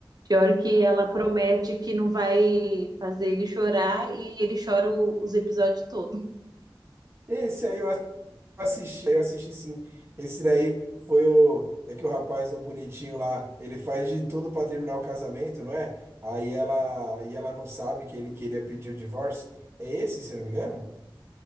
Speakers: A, on the right; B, on the right.
A: Pior que ela promete que não vai fazer ele chorar e ele chora o- os episódios todos.
B: Esse aí eu assisti, eu assisti sim. Esse daí foi o. É que o rapaz, um bonitinho lá, ele faz de tudo pra terminar o casamento, não é? Aí ela, e ela não sabe que ele queria pedir o divórcio. É esse, se eu não me engano?